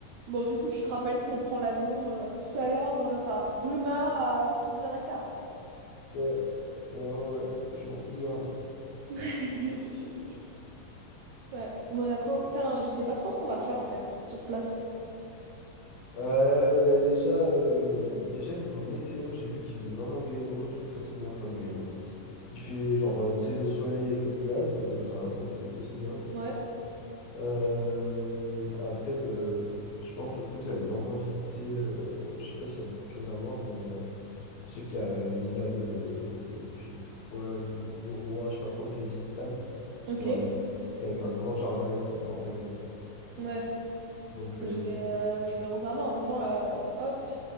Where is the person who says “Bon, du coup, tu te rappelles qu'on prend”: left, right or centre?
Right